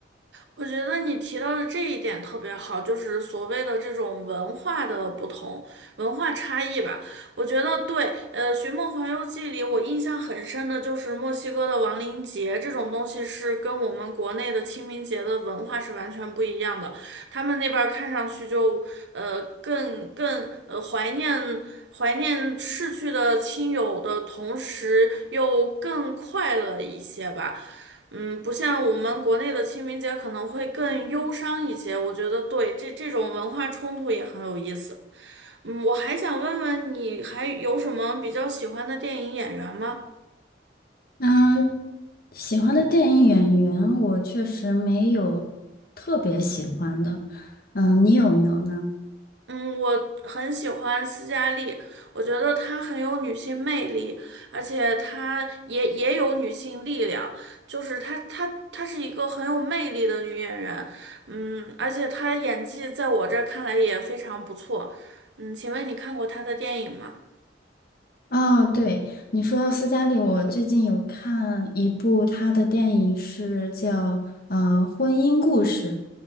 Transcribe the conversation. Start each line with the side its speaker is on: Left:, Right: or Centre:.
Right: 我觉得你提到的这一点特别好，就是所谓的这种文化的不同、文化差异吧。我觉得对，呃，《寻梦环游记》里我印象很深的就是墨西哥的亡灵节这种东西，是跟我们国内的清明节的文化是完全不一样的。他们那边儿看上去就呃更更呃怀念怀念逝去的亲友的同时，又更快乐一些吧。嗯，不像我们国内的清明节可能会更忧伤一些，我觉得对，这这种文化冲突也很有意思。嗯，我还想问问你还有什么比较喜欢的电影演员吗？
Left: 那喜欢的电影演员，我确实没有特别喜欢的。嗯，你有没有呢？
Right: 嗯，我很喜欢斯嘉丽，我觉得她很有女性魅力，而且她也也有女性力量，就是她她她是一个很有魅力的女演员，嗯，而且她演技在我这儿看来也非常不错。嗯，请问你看过她的电影吗？
Left: 哦，对，你说到斯嘉丽，我最近有看一部她的电影，是叫呃《婚姻故事》。